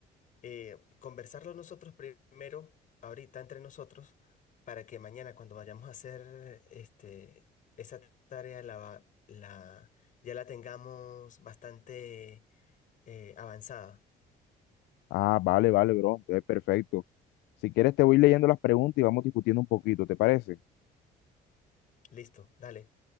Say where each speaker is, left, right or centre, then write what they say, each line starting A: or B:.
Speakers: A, on the left (about 50°); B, on the left (about 80°).
A: eh, conversarlo nosotros primero, ahorita entre nosotros, para que mañana cuando vayamos a hacer este, esa tarea la, va- la, ya la tengamos bastante eh, avanzada.
B: Ah, vale, vale, bro. Es perfecto. Si quieres, te voy leyendo las preguntas y vamos discutiendo un poquito, ¿te parece?
A: Listo, dale.